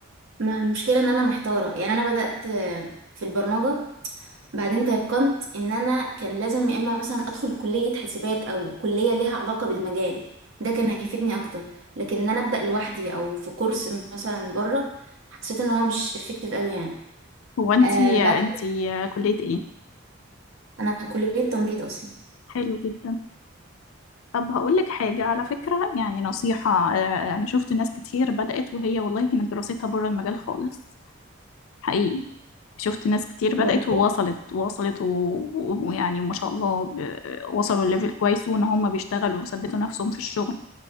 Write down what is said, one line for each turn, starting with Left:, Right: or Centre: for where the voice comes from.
Right: ما المشكلة ان انا محتارة يعني انا بدأت آه، في البرمجة بعدين تيقنت ان انا كان لازم يا اما مثلا ادخل كلية حسابات او كلية ليها علاقة بالمجال ده كان هيفيدني اكتر لكن ان انا ابدأ لوحدي او في كورس مثلا بره حسيت ان هو مش افكتيف قوي يعني
Left: هو انتي
Right: آه بعد
Left: انتي كلية ايه
Right: انا كليه تمريض اصلا
Left: حلو جدا طب هقول لك حاجة على فكرة يعني نصيحة آه، انا شفت ناس كتير بدأت وهي والله كانت دراستها بره المجال خالص حقيقي شفت ناس كتير
Right: برضه
Left: بدأت ووصلت ووصلت و- و- ويعني ما شاء الله ب- وصلوا لليفل كويس وان هم بيشتغلوا وثبتوا نفسهم في الشغل